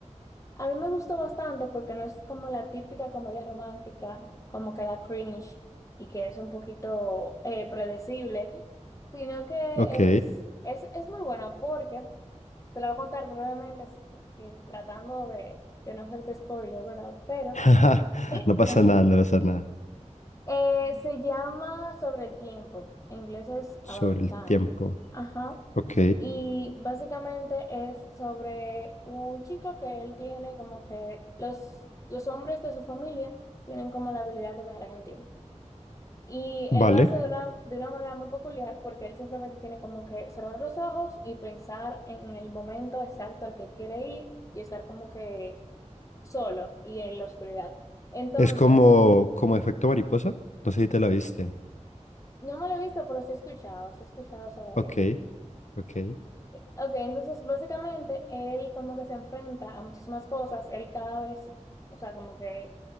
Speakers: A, on the left; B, on the left.
A: a mí me gustó bastante porque no es como la típica comedia romántica, como que da cringe y que es un poquito eh, predecible, sino que
B: Ok.
A: es, es, es muy buena porque, te la voy a contar brevemente, sin- tratando de, de no hacerte spoiler, ¿verdad? Pero
B: <laughs>
A: <laughs>
B: No pasa nada, no pasa nada.
A: Eh, se llama Sobre el tiempo. En inglés es
B: Sobre
A: About
B: el
A: Time.
B: tiempo.
A: Ajá.
B: Ok.
A: Y básicamente es sobre un chico que él tiene como que los, los hombres de su familia tienen como la habilidad de viajar en el tiempo. Y
B: Vale.
A: él lo hace de una, de una manera muy peculiar porque él simplemente tiene como que cerrar los ojos y pensar en, en el momento exacto al que quiere ir y estar como que solo y en la oscuridad. Entonces,
B: Es como, como efecto mariposa. No sé si te la viste.
A: No me lo he visto, pero sí he escuchado, sí he escuchado sobre
B: Ok.
A: eso.
B: Ok.
A: Ok, entonces básicamente él como que se enfrenta a muchísimas cosas, él cada vez, o sea, como que